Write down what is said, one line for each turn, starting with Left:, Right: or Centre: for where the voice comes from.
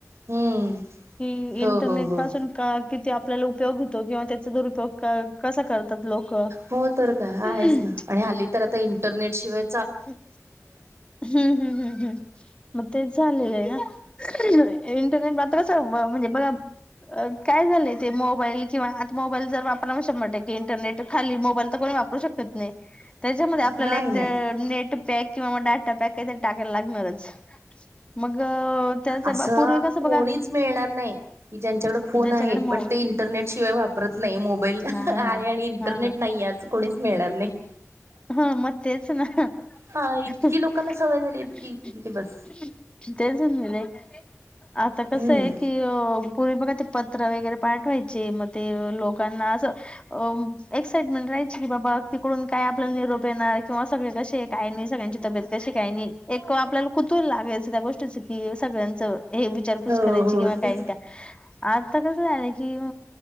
Right: हम्म.
Left: कि
Right: हो
Left: इंटरनेट
Right: हो हो
Left: पासून का किती आपल्याला उपयोग होतो किंवा त्याचा दुरुपयग कसा करतात लोक
Right: हो तर काय
Left: हम्म
Right: आहेच ना आणि हली तर आता इंटरनेटशिवाय
Left: हम्म हम्म हम्म हम्म मग तेच झालेलं आहे ना इंटरनेट मात म्हणजे बघ काय झालं ते मोबाईल किंवा आता मोबाईल जर आपला शंभर टेक इंटरनेट खाली मोबाईल तर को वापरू शकत नाही त्याच्यामध्ये आपल्याला
Right: नाही
Left: एक
Right: नाही
Left: नेट पॅक किंवा ाटा पॅक का टाकायला लागणार मग त्याच
Right: असं
Left: पूर्वी कसं
Right: कोणीच
Left: बघा
Right: मिळणार नाही की ज्यांच्याकडे फोन
Left: ज्याच्याकडे
Right: आहे
Left: मोबाईल
Right: पण ते इंटरनेटशिवाय वापर त नाही मोबाईल
Left: हा हा
Right: आहे आणि इंटरनेट
Left: हा
Right: नाही अस कोणीच मिळणार नाही
Left: हा मत्स ना
Right: हा
Left: <unintelligible>
Right: इतकी लोकांना सवय झाली इतकी इतकी की बस
Left: आता कसं
Right: हम्म
Left: आहे कि पूर्वी बघा ते पत्र वगैरे पाठवायचे मग ते लोकांना असं एक्साइटमेंट राहायची की बाबा <unintelligible> काय निरोप येणार किंवा सगळे कसे काही नाही सगळ्यांची तब्येत कशी काही नाही आपल्याला तू लागायच त्या गोष्टीचं कि सगळ्यांचं हे विचारपूस
Right: हो
Left: करायची
Right: हो
Left: किंवा
Right: तेच
Left: काही नाही का आता कसं झालं की